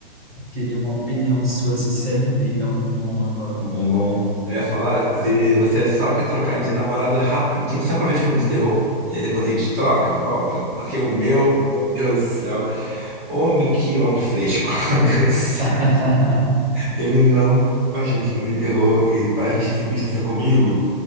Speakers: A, on the right; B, on the right.
A: queria uma opinião sua, assim, se você me indica algum bom agora,
B: algum bom? Eu ia falar,
A: né?
B: se você só quer trocar de namorado rapidinho, só pra ver filme de terror, e aí depois a gente troca de volta, porque o meu, meu Deus do céu, homem que homem fresco, <laughs> meu Deus do céu.
A: <laughs>
B: Ele não gosta de filme de terror. E para assistir Substância comigo,